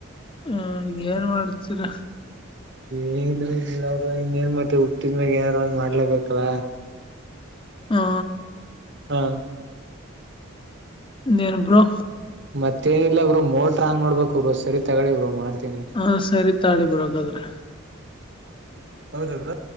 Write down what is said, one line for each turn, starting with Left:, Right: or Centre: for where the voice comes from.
Left: ಹ ಏನ್ ಮಾಡ್ತೀರಾ.
Right: ಏನು ಇಲ್ಲಬ್ರೋ ಇನ್ನೇನ್ ಮತ್ತೆ ಹುಟ್ಟಿದ ಮ್ಯಾಗ ಏನಾರ ಮಾಡ್ಲೇಬೇಕಲ್ಲ.
Left: ಹಾ
Right: ಹಾ
Left: ಇನೇನು ಬ್ರೋ
Right: ಮತ್ತೇನಿಲ್ಲ ಬ್ರೋ ಮೋಟ್ರ ಆನ್ ಮಾಡ್ಬೇಕು ಬ್ರೋ ಸರಿ ತಕೊಳ್ಳಿ ಬ್ರೋ ಮಾಡ್ತೀನಿ.
Left: ಹಾ ಸರಿ ತಾಕೋಳಿ ಬ್ರೋ ಹಾಗಾದ್ರೆ.
Right: ಹೌದಾ ಬ್ರೋ.